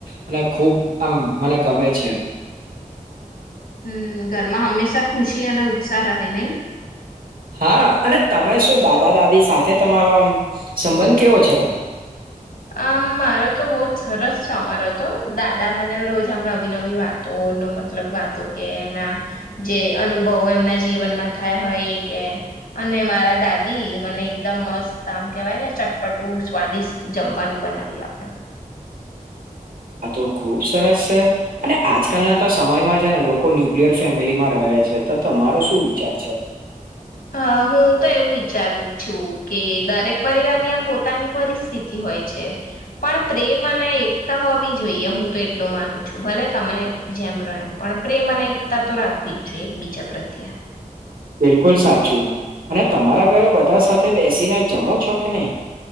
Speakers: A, on the right (about 80°); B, on the left (about 80°).
A: અને ખૂબ આમ મને ગમે છે
B: હમ ઘરમાં હંમેશા ખુશી અને ઉત્સાહ રહે નહી
A: હા અને તમે શું દાદા દાદી સાથે તમારો આમ સંબંધ કેવો છે
B: આમ મારો તો બહ જ સરસ છે અમારો તો દાદા મને રોજ આમ નવી નવી વાતો ન મતલબ વાતો કે એમના જે અનુભવો એમના જીવનમાં થયા હોય એ કે અને મારા દાદી મને એકદમ મસ્ત આમ કેવાય ને ચટપટું સ્વાદિષ્ટ જમવાનું બનાવી આપે
A: આ તો ખુબ સરસ છે અને આજકાલના તો સમયમાં છે ને લોકો ન્યુક્લિયર ફેમિલીમાં રહે છે તો તમારો શું વિચાર છે
B: હ હું તો એવું વિચારું છું. કે દરેક પરિવારની આમ પોતાની પરિસ્થિતિ હોય છે પણ પ્રેમ અને એકતા હોવી જોઈએ હું તો એટલું માનું છું ભલે તમે જેમ રો એમ પણ પ્રેમ અને એકતા તો રાખવી જ જોઈએ એક બીજા પ્રત્યે
A: બિલકુલ સાચું અને તમારા ઘરે બધા સાથે બેસીને જમો છો કે નહી.